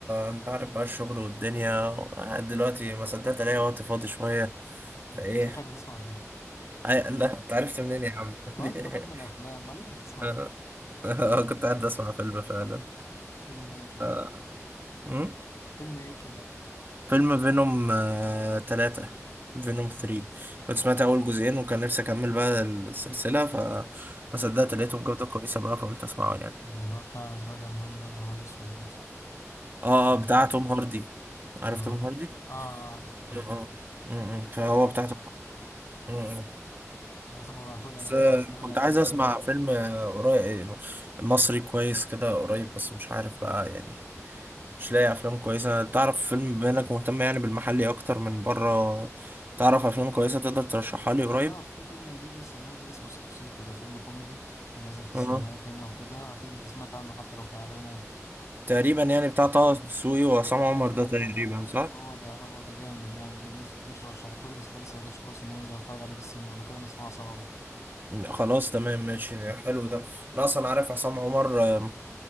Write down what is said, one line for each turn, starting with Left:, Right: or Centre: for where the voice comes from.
Right: انت عارف بقى الشغل والدنيا قاعد دلوقتي ما صدقت الاقي وقت فاضي شوية
Left: <laughs>
Right: فايه
Left: شكلك بتسمع فيلم
Right: اي لا انت عرفت منين يا عم
Left: ما انت مدمن
Right: <laughs>
Left: افلام ما لازم تسمع
Right: اه
Left: فيلم
Right: اه، كنت قاعد اسمع فيلم فعلا
Left: فيلم ايه كده
Right: اه، مم؟
Left: فيلم ايه كده
Right: فيلم فينوم آه، تلاتة فينوم 3
Left: <laughs> مم.
Right: كنت سمعت اول جزئين وكان نفسي اكمل بقى السلسلة فما صدقت لقيتهم جودة كويسة بقى فقلت اسمعه يعني
Left: ده اللي هو بتاع سبايدر مان ده اللي هو الاسود ده صح
Right: اه
Left: ولا
Right: اه بتاع
Left: ايه
Right: توم
Left: صح
Right: هاردي عارف
Left: اه
Right: توم هاردي
Left: اه عارفه اه
Right: آه. آه. فهو
Left: ده جامد
Right: بتاعته
Left: ده
Right: آه.
Left: خلاص ابقى ابعتهولي انا
Right: بس
Left: ماليش
Right: آه،
Left: في الاجنبي الاجنبي
Right: كنت عايز اسمع فيلم آه، قريب مصري كويس كده قريب بس مش عارف بقى يعني مش لاقي افلام كويسه تعرف فيلم بما انك مهتم يعني بالمحلي اكتر من بره تعرف افلام كويسه تقدر ترشحها لي
Left: والله
Right: قريب
Left: في فيلم جديد لسه نازل اسمه سيكو سيكو ده فيلم كوميدي نازل في السينمات
Right: اه
Left: هنا وكده اكيد انت سمعت عنه حتى لو في اعلانات
Right: تقريبا يعني بتاع طه دسوقي وعصام عمر
Left: ايوه
Right: ده تقريبا
Left: ايوه
Right: صح
Left: هو ده هو ده جامد يعني بي- ناس كتير رشحتولي بس انا لسه ما جاتش فرصه ان انا انزل اتفرج عليه في السينما لو كده نسمعه سوا بقى
Right: مم. خلاص تمام ماشي حلو ده انا اصلا عارف عصام عمر آه،